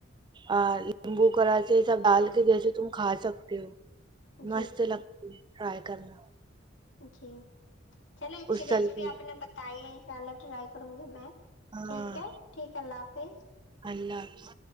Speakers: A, on the right; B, on the left.
A: اور لیمبو کراس یہ سب ڈال کے جیسے تم کھا سکتے ہو
B: ہوں
A: مست
B: جی جی
A: لگتی ہے ٹرائی کرنا
B: جی چلے اچھی
A: اسل
B: ریسیپی
A: کی
B: آپ نے بتائی ہے انشاء اللہ ٹرائی کروں گی میں
A: ہاں
B: ٹھیک ہے ٹھیک ہے اللہ حافظ
A: اللہ حافظ